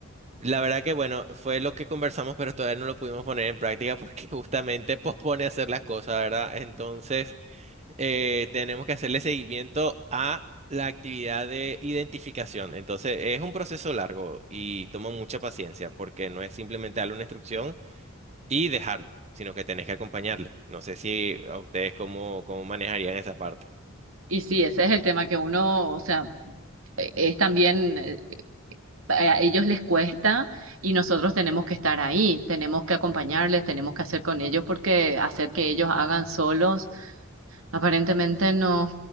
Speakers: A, on the right; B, on the right.
A: La verdad que bueno, fue lo que conversamos, pero todavía no lo pudimos poner en práctica porque <laughs> justamente pospone hacer las cosas, ¿verdad? Entonces, eh, tenemos que hacerle seguimiento a la actividad de identificación. Entonces, es un proceso largo y toma mucha paciencia porque no es simplemente darle una instrucción y dejarlo, sino que tenés que acompañarle. No sé si a ustedes cómo, cómo manejarían esa parte.
B: Y sí, ese es el tema que uno, o sea, e- es también eh, a ellos les cuesta y nosotros tenemos que estar ahí, tenemos que acompañarles, tenemos que hacer con ellos porque hacer que ellos hagan solos, aparentemente no,